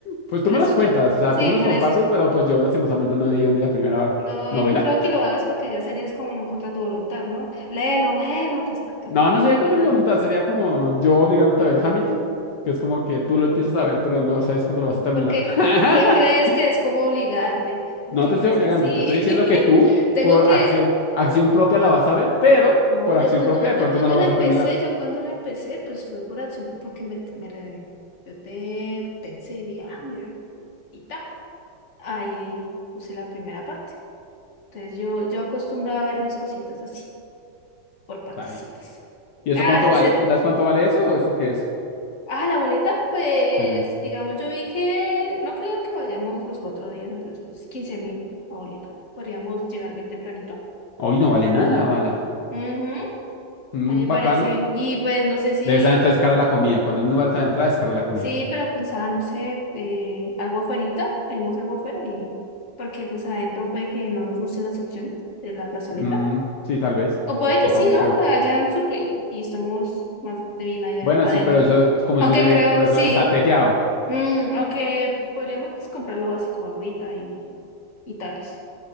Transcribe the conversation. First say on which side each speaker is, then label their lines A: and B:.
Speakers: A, on the left; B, on the left.
A: pues
B: Por
A: tú me
B: eso
A: los
B: yo,
A: cuentas, o sea,
B: sí,
A: tú me
B: por
A: los compartes,
B: eso.
A: pero pues yo lastimosamente no he leído ni la primera
B: No,
A: novela.
B: y no creo que lo hagas porque ya serías como contra tu voluntad, ¿no? Léelo, léelo, te, te
A: No,
B: cadeno
A: no sería
B: y
A: contra
B: lo lee.
A: mi voluntad, sería como yo obligándote a ver Hamilton, que es como que tú lo
B: No.
A: empiezas a ver, pero no sabes cuándo lo vas a terminar.
B: ¿Por qué,
A: <laughs>
B: por qué crees que es como obligarte? Porque
A: No te
B: no
A: estoy
B: es
A: obligando,
B: así.
A: te estoy diciendo
B: <laughs>
A: que tú,
B: Tengo
A: por
B: que,
A: acción, acción propia la vas a ver, pero
B: no,
A: por
B: yo
A: acción
B: cuando,
A: propia de
B: yo
A: pronto
B: cuando
A: no lo
B: la
A: vas
B: empecé,
A: a terminar.
B: yo cuando la empecé, pues fue por acción, por- porque me, me re- yo te pensé y dije, ah, mira, y ta. Ahí puse la primera parte. Entonces yo, yo acostumbraba a ver mis cositas así. por partecitas.
A: Está bien. ¿Y eso
B: Ah,
A: cuánto vale?
B: se-
A: ¿Tú sabes cuánto vale eso o eso qué es?
B: ah, la boleta, pues
A: Sí.
B: digamos, yo vi que no creo que vayamos los cuatro días, entonces pues 15 mil la boleta. Podríamos llegar bien tempranito.
A: Hoy no vale nada, bala.
B: Ujú,
A: Mm,
B: a mí me
A: bacano.
B: parece bien. Y pues no sé si,
A: Debe estar entonces cara la comida. Cuando es muy barata la entrada, es cara la comida.
B: sí, pero pensaba, no sé, eh, algo afuerita, pedimos algo afuera y porque pues adentro puede que no nos gusten las opciones de la plazoleta.
A: Mm, sí, tal vez.
B: O puede que
A: Sepa
B: sí,
A: muy
B: ¿no?
A: feo.
B: Allá en Sucre y estamos más de bien allá
A: Bueno,
B: adentro.
A: sí, pero eso, como
B: Aunque
A: es un evento,
B: creo,
A: eso
B: sí.
A: está teteado.
B: Mm, aunque podríamos pues, comprar lo básico, agüita y, y tales,